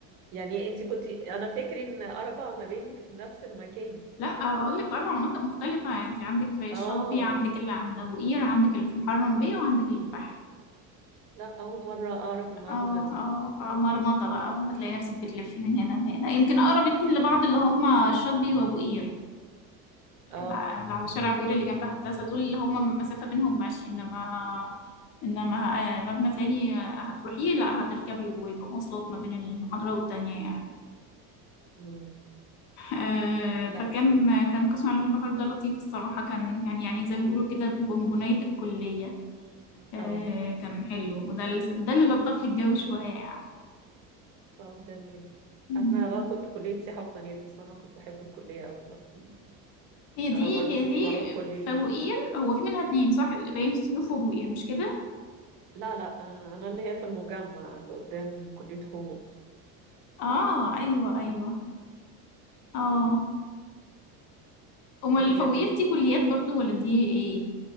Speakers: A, on the right; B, on the left.
A: يعني انت كنت انا فكري ان اربع مباني في نفس المكان
B: لا اقول لك في اربع مناطق مختلفه يعني انت عندك في
A: اه
B: الشاطبي عندك اللي عند ابو قير عندك اللي في محرم بيه وعندك اللي في بحري
A: لا اول مرة اعرف المعلومة
B: اه
A: دي
B: اه فمرمطه بقى بتلاقي نفسك بتلفي من هنا لهنا يمكن اقرب اتنين لبعض اللي هما الشاطبي وابو قير
A: اه
B: اللي ع- اللي على شارع ابو قير اللي جنب هندسه دول اللي هما مسافه بينهم ماشي انما انما آه، مبنى تاني هتروحيه لا هتركبي ويبقى مواصلات ما بين المحاضره والتانيه يعني
A: مم.
B: آه،
A: لا
B: فكان كان قسم علوم البحر ده لطيف الصراحه كان كان يعني زي ما بيقولوا كده بونبونايه الكليه آه
A: اه
B: كان حلو وده اللي ده اللي لطف لي الجو شوية يعني
A: طب جميل
B: مم.
A: انا بقى كنت كلية سياحة وفنادق بس انا كنت بحب الكلية أوي برضه
B: هي دي
A: انا برضو
B: هي
A: كنت
B: دي
A: بروح كل يوم
B: فوقير هو في منها اتنين صح بين السيوف وبوقير مش كده
A: لا لا آه، انا اللي هي في المجمع اللي قدام كلية حقوق
B: اه ايوه ايوه اه امال
A: هي
B: الفوقير
A: دي
B: دي كليات برضو ولا دي ايه